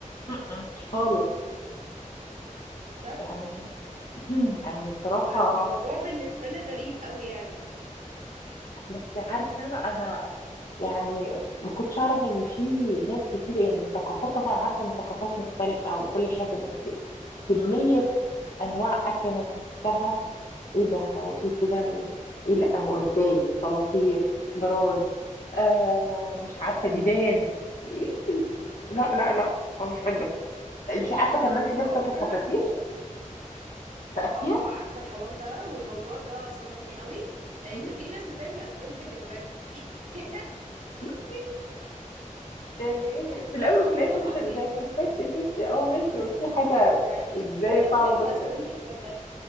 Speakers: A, on the left; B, on the right.
A: مم. خالص
B: بس
A: يعني <clears throat> يعني بصراحه
B: فالموضوع بالنسبه لي غريب قوي يعني
A: بس عارفه انا يعني ما كنتش اعرف ان في ناس كتير يعني ثقافات طبعا عارفه ان ثقافات مختلفه وكل حاجه بس كميه انواع اكل انا سمعتها ايه ده هو في كده يعني ايه لا هو ازاي صراصير جراد آه مش عارفه ديدان إيه؟ لا لا لا أنا مش قادره مش عارفه كمان في ناس
B: هقول
A: بتاكل
B: لك
A: خفافيش
B: انا على حاجه
A: في اسيا
B: اه عارفه الحوار ده والموضوع ده صدمني قوي آه،
A: مم.
B: ده في ناس بتعمل ايس كريم بالجمبري <laughs>
A: بص، يعني ايه في الاول
B: اه
A: وفي الاخر
B: والله العظيم
A: مش هيبقى زي الخفاش يا ستي اه ماشي وفي حاجه
B: يعني
A: ازاي
B: كوريا
A: صعبه
B: بتعمل
A: بس
B: ايس كريم بالجمبري